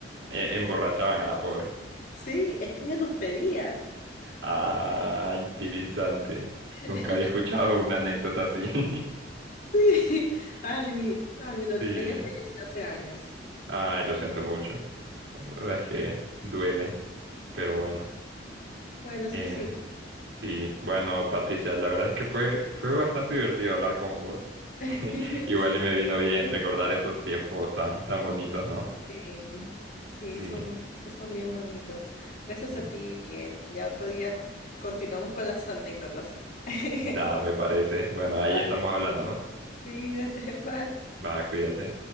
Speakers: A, on the right (about 75°); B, on the left (about 45°).
A: e- emborrachaban a la pobre.
B: Sí, es que ella nos pedía.
A: Ah, interesante.
B: <laughs>
A: Nunca había escuchado una anécdota así. <laughs>
B: Sí, ay, mi, ay, mi Lorita
A: Sí.
B: ya falleció hace años.
A: Ay, lo siento mucho. La
B: Sí,
A: verdad es que duele, pero bueno.
B: Bueno, es
A: Eh,
B: el ciclo.
A: Sí, bueno, Patricia, la verdad es que fue, fue bastante divertido hablar con vos.
B: <laughs>
A: <laughs> Igual y me vino bien
B: Pero
A: recordar esos tiempos tan, tan bonitos, ¿no?
B: Sí, sí,
A: Sí,
B: son, son bien bonitos. Gracias
A: sí.
B: a ti, Miguel. Ya otro día co- continuamos con las anécdotas. <laughs>
A: Da, me parece. Bueno, ahí
B: Vale,
A: estamos hablando, ¿no?
B: cuídate, bye.
A: Va, cuídate.